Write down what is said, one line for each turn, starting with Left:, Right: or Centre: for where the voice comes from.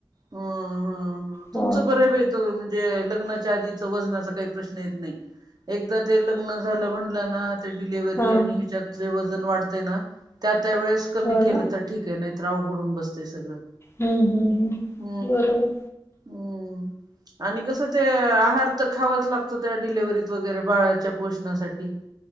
Right: हं हं हं तुमचं
Left: होय.
Right: बरंय बाई. अ लग्नाच्या आधीच वजनाचा काही प्रश्न येत नाही. एकदा ते लग्न झालं म्हणलं ना डिलीव्हरी
Left: हा
Right: अन याच्यात लय वजन वाढतंय ना, त्या त्या वेळेस कमी
Left: हो
Right: केल
Left: ना
Right: तर ठीके. नाहीतर अवघड होऊन बसतेय सगळं.
Left: हम्म हम्म हम्म.
Right: हा
Left: बरोबर.
Right: हम्म. आणि कसं ते आहार तर खावाच लागतं, त्या डिलेवरीत वगैरे बाळाच्या पोषणासाठी.